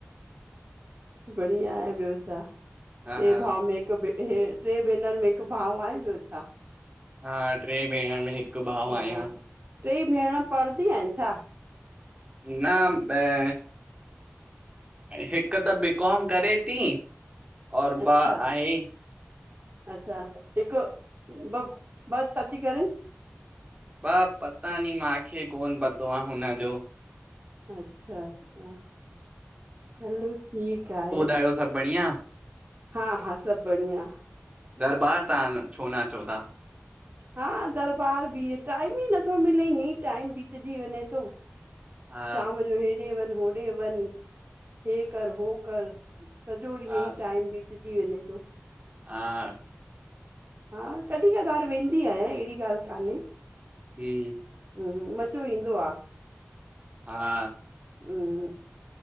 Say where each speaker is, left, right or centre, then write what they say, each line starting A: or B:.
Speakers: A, on the right (about 50°); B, on the right (about 30°).
A: बढ़िया आहे ॿियो छा,
B: हा
A: टे
B: हा
A: भाव में भ हे टे भेनर में हिकु भाऊ आहे ॿियो छा।
B: हा टे भेण में भाउ
A: हा।
B: आहियां
A: टे भेण पढ़ंदी आहिनि छा?
B: न, हिकु त बीकॉम करे थी और
A: अच्छा
B: ब आहे
A: अच्छा। हिकु ॿ ॿ चाती करनि?
B: ब पता नी मूंखे कोन पतो आहे हुनजो।
A: अच्छा - अच्छा हलो ठीक आहे।
B: आयो सभ बढ़िया।
A: हा-हा सभ बढ़िया।
B: दरबार तव्हां छो न अचो था?
A: हा दरबार बि टाइम ई नथो मिले ईअ टाइम बितजी वञे थो।
B: हा
A: शाम जो हेॾे वन होॾे वन हे कर हो कर। सॼो ॾींहु
B: हा
A: ई टाइम बितजी वञे थो।
B: हा
A: हा कॾहिं कदार वेंदी आयां अहिड़ी ॻाल्ह कान्हे।
B: जी।
A: हम्म मज़ो ईंदो आ।
B: हा
A: हम